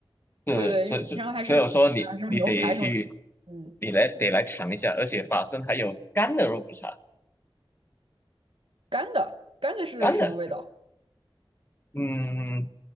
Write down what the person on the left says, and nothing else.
对，
这这是，
所以我说你你得去，
你来得来尝一下，而且法式还有干的肉骨茶，
干的，嗯，